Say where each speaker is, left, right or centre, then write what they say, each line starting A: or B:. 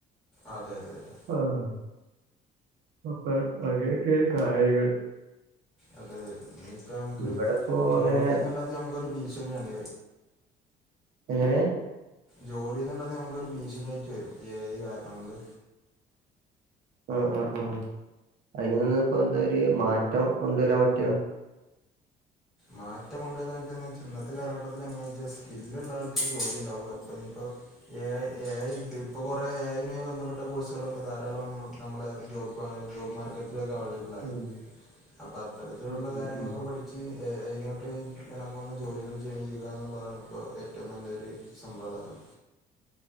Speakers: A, in the centre; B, on the right (about 70°).
A: അതെ അതെ അതെ
B: ആഹ് അപ്പോ അങ്ങനൊക്കാണ്‌ കാര്യങ്ങള്
A: അതെ അതെ ഇനിയിപ്പ നമ്മുക്ക്
B: ഇവിടെപ്പോ
A: ജോലിന്ന്ള്ളത്
B: അങ്ങനെ
A: നമ്മുക്കൊരു ഭീഷണിയാണേ
B: എങ്ങനെയ
A: ജോലിന്ന്ള്ളത് നമുക്കൊരു ഭീഷണ്യയിട്ട് വരും ഈ എ ഐ കാരണം കൊണ്ട്
B: ആഹ് ആഹ് അഹ് അയ്ൽ നിന്ന് ഇപ്പോ എന്താ ഒര് മാറ്റം കൊണ്ടുവരാൻ പറ്റ
A: മാറ്റം കൊണ്ടുവരാൻ പറ്റോന്നച്ചാ ഇന്നത്തെ കാലഘട്ടത്തില് എങ്ങനാച്ചാ സ്കില്ലിള്ളാൾക്ക് ജോലി ഇണ്ടാവും അപ്പൊ ഇനിപ്പോ എ ഐ എ ഐ ഇപ്പൊ കൊറേ എ ഐ ഐ യുമായി ബന്ധപ്പെട്ട കോഴ്സുകളൊക്കെ ധാരാളം നമ്മളെ ജോബ് ഏഹ് ജോബ് മാർക്കറ്റിലൊക്കെ അവൈലബിൾ ആ
B: ഉം
A: അപ്പൊ അത്തരത്തിലുള്ള
B: ഉം ഉം
A: കാര്യങ്ങളൊക്കെ
B: ഉം
A: പഠിച്ച് എ ഐ നോട്ട് എണങ്ങുന്ന ജോലികൾ ചെയ്യുക എന്നുള്ളതാണ് ഇപ്പോ ഏറ്റവും നല്ലൊരു സമ്പ്രദായം